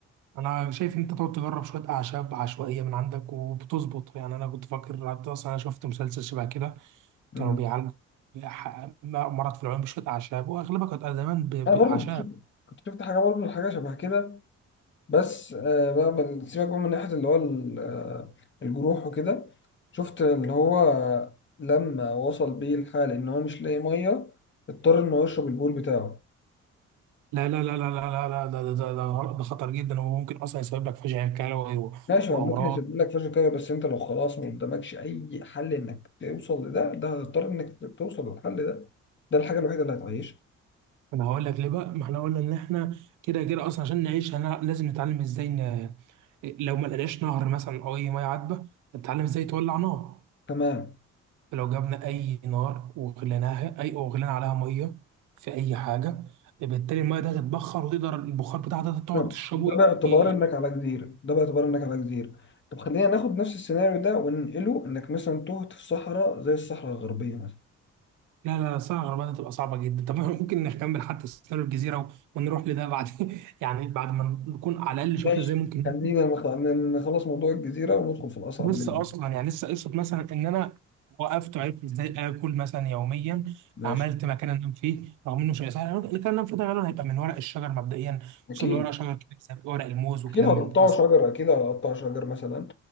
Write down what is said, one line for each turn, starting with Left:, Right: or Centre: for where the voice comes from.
Right: انا شايف انت تقعد تجرب شويه اعشاب عشوائيه من عندك وبتظبط يعني انا كنت فاكر حتى اصلا انا شفت مسلسل شبه كده
Left: مم.
Right: كانوا بيعالجوا ح- مرض في العيون بشويه اعشاب واغلبها كانت زمان ب-
Left: انا
Right: باعشاب
Left: برضو كنت شفت كنت شفت حاجة برضو حاجة شبه كده بس آه، بقى بقى- سيبك بقى من ناحية اللي هو ال- آه، الجروح وكده شفت اللي هو لما وصل بيه الحال ان هو مش لاقي مية اضطر ان هو يشرب البول بتاعه
Right: لا لا لا لا لا لا لا ده ده ده ده ده خطر جدا وممكن اصلا يسبب لك فشل كلوي و-
Left: ماشي
Right: وامراض
Left: هو ممكن يسيب لك فلوس كده بس انت لو خلاص ما قدامكش اي حل انك توصل لده ده هتضطر انك توصل للحل ده ده الحاجه الوحيده اللي هتعيشك
Right: انا هقول لك ليه بقى ما احنا قلنا ان احنا كده كده اصلا عشان نعيش هنا لازم نتعلم ازاي ن... لو ما لقيناش نهر مثلا او اي ميه عذبه نتعلم ازاي تولع نار
Left: تمام
Right: لو جبنا اي نار وغليناها اي وغلينا عليها ميه في اي حاجه بالتالي الميه ده هتتبخر وتقدر البخار بتاعها ده تقعد
Left: تمام.
Right: تشربه
Left: ده باعتبار
Right: ي...
Left: انك على جزيره ده باعتبار انك على جزيره طب خلينا ناخد نفس السيناريو ده وننقله انك مثلا تهت في صحراء زي الصحراء الغربيه مثلا
Right: لا لا لا صراحه الغربله هتبقى صعبه جدا طب <laughs> إحنا ممكن نكمل حتى سيناريو الجزيره ونروح لده بعد <laughs> يعني بعد ما نكون على الاقل
Left: ماشي
Right: شفنا ازاي ممكن
Left: خلينا نخ- نخلص موضوع الجزيره وندخل
Right: <laughs>
Left: في الاصعب
Right: لسه
Left: منه
Right: اصلا يعني لسه قصه مثلا ان انا وقفت وعرفت ازاي اكل مثلا يوميا
Left: ماشي
Right: عملت مكان انام فيه رغم انه شيء سهل المكان اللي انام فيه ده غالبا هيبقى من ورق الشجر مبدئيا
Left: اكيد
Right: خصوصا لو ورق شجر كده ورق الموز وكلام
Left: أكيد هتقطعوا
Right: من ده مثلا
Left: شجرة أكيد هتقطع شجر مثلا